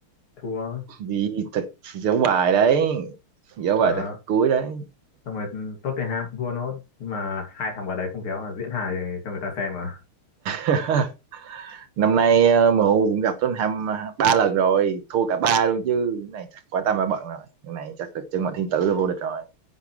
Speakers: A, on the left (about 70°); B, on the right (about 75°).
A: thua
B: vì thật giấu bài đấy giấu
A: ờ,
B: bài tới cuối đấy
A: xong rồi Tottenham cũng thua nốt nhưng mà hai thằng vào đấy không khéo là diễn hài cho người ta xem à
B: <laughs> năm nay ờ, MU cũng gặp Tottenham ờ, ba lần rồi thua cả ba luôn chứ cái này chắc quả tam bà bận rồi cái này chắc là chân mệnh thiên tử là vô địch rồi